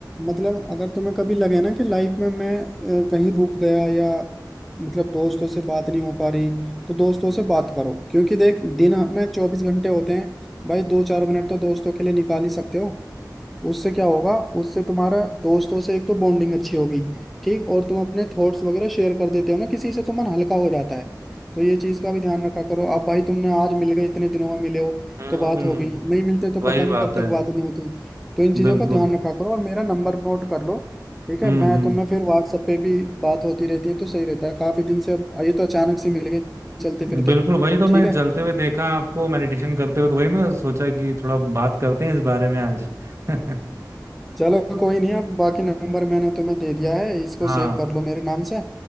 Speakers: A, in the centre; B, on the right (about 40°).
A: मतलब अगर तुम्हें कभी लगे ना कि लाइफ में मैं अ, कहीं रुक गया या मतलब दोस्तों से बात नहीं हो पा रही तो दोस्तों से बात करो क्योंकि देख दिन में चौबीस घंटे होते हैं भाई दो चार मिनट तो दोस्तों के लिए निकाल ही सकते हो उससे क्या होगा उससे तुम्हारा दोस्तों से एक तो बॉन्डिंग अच्छी होगी ठीक और तुम अपने थॉट्स वगैरह शेयर कर देते हो ना किसी से तो मन हल्का हो जाता है तो ये चीज का भी ध्यान रखा करो अब भाई तुमने आज मिल गए इतने दिनों में मिले हो
B: हम्म
A: तो बात हो गई नहीं मिलते तो
B: वही
A: पता नहीं
B: बात
A: कब
B: है
A: तक बात नहीं होती तो इन चीजों
B: बिल्कुल
A: का ध्यान रखा करो और मेरा नंबर नोट कर लो ठीक
B: हम्म
A: है मैं
B: हम्म
A: तुम्हें फिर व्हाट्सएप पे भी बात होती रहती है तो सही रहता है काफी दिन से अब ये तो अचानक से मिल गए चलते फिरते
B: बिल्कुल वही तो
A: ठीक
B: मैं
A: है
B: चलते हुए देखा आपको मेडिटेशन करते हुए तो वही मैं सोचा कि थोड़ा बात करते हैं इस बारे में आज <laughs>
A: चलो कोई नहीं अब बाकी नंबर मैंने तुम्हें दे दिया है इसको
B: हाँ
A: सेव कर लो मेरे नाम से